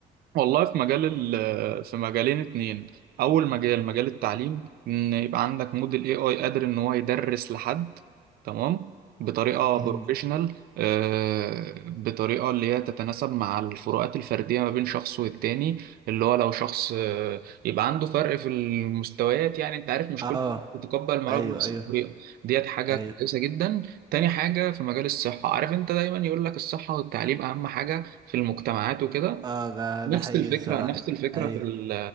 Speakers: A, on the right (about 65°); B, on the right (about 25°).
A: والله في مجال ال- في مجالين اتنين اول مجال مجال التعليم ان يبقى عندك موديل اي اي قادر ان هو يدرس لحد تمام بطريقه بروفيشنال
B: امم
A: آه، بطريقه اللي هي تتناسب مع الفروقات الفرديه ما بين شخص والتاني اللي هو لو شخص آه، يبقى عنده فرق في المستويات يعني انت عارف مش
B: اه
A: كل بتتقبل المرض
B: ايوه
A: بنفس
B: ايوه
A: الطريقه ديت حاجه
B: ايوه
A: كويسه جدا تاني حاجه في مجال الصحه عارف انت دايما يقول لك الصحه والتعليم اهم حاجه في المجتمعات وكده
B: اه ده
A: نفس
B: ده حقيقي
A: الفكرة
B: الصراحة
A: نفس الفكرة
B: ايوه
A: في ال